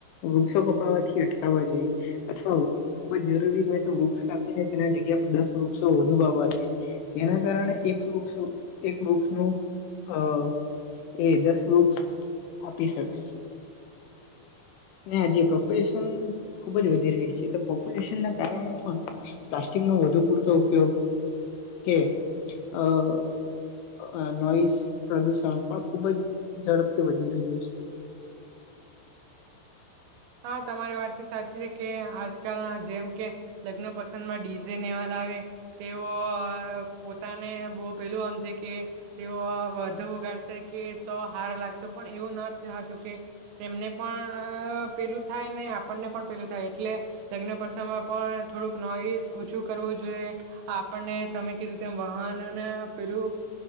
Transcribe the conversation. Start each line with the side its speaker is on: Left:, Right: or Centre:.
Left: વૃક્ષો કપાવવાથી અટકાવવા જોઈએ, અથવા ખુબ જ જરૂરી હોય તો વૃક્ષ કાપીને તેના જગ્યા પર દસ વૃક્ષો વધુ વાવવા જોઈએ, જેના કારણે એક વૃક્ષો એક વૃક્ષ નું અહ એ દસ વૃક્ષ આપી શકે. ને ઓ જે પ્રોપરેશન ખૂબ જ વધી રહી છે, તો પોપ્યુલેશનના કારણે પણ પ્લાસ્ટિકનો વધુ પૂર તો ઉપયોગ કે અહ નોઈસ પ્રદુષણ પણ ખૂબ જ ઝડપથી વધી રહ્યું છે.
Right: હા તમારી વાત તો સાચી છે કે આજકાલના જેમ કે લગ્ન પસંદમાં ડીઝે ને એવા લાવે તેઓ અહ પોતાને બહુ પેલું સમજે કે તેઓ વધુ ઉગાડશે કે તો હારા લાગશે પણ એવું ન થાતું કે તેમને પણ પેલું થાય ને આપણને પણ પેલું થાય એટલે લગ્ન પ્રસંગમાં પણ થોડુંક નોઈસ ઓછું કરવું જોઈએ. આપણને તમે કીધું તેમ વાહનને પેલું